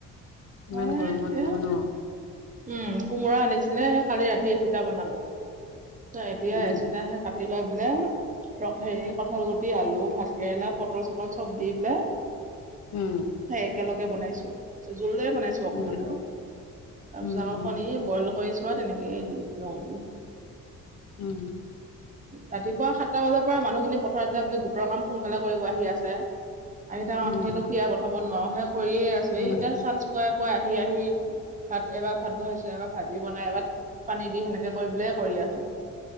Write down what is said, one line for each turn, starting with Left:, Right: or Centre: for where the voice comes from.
Left: ইমান
Right: মই
Left: গৰমত
Right: এয়া
Left: বোলো ন
Right: উম, কোমোৰা আনিছিলে সেই কালি ৰাতি এ চিটা বনালো। এতিয়া
Left: উম
Right: <unintelligible> কাটি লৈ বোলে, ৰ' হেৰি কঁঠাল গুটি আলু ভাত কেৰেলা পটল চটল চব দি বোলে
Left: উম
Right: সে একেলগে বনাইছো, জোল দৰে বনাইছো অকমান
Left: উম
Right: আৰু। তাৰ
Left: উম
Right: পিছত, আকৌ কণী বইল কৰি চোৱা তেনেকে দি-দিওঁ।
Left: উম।
Right: ৰাতিপুৱা সাতটা বজাৰ পৰা মানুহখিনি পথাৰতে বুলো গোটৰ কাম সোনকালে কৰিব আহি আছে। আহি থাকা
Left: উম
Right: মানহ খিনিটো খিয়া পঠাব নোৱাৰো, সেয়ে কৰিয়ে আছো
Left: উম
Right: এই এতিয়া চান্স পোৱা কৈ, আহি আহি ভাত, এবাৰ ভাত বহাইছো। এবাৰ ভাজি বনাই, এবাৰ পানী দি সেনেকে কৰি পেলাই কৰি আছো।